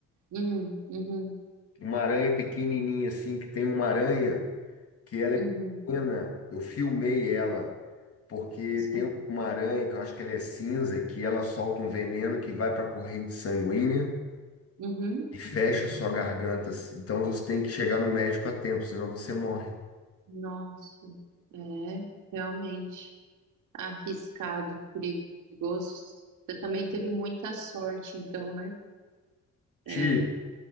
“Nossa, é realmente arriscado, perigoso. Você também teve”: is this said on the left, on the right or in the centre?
Right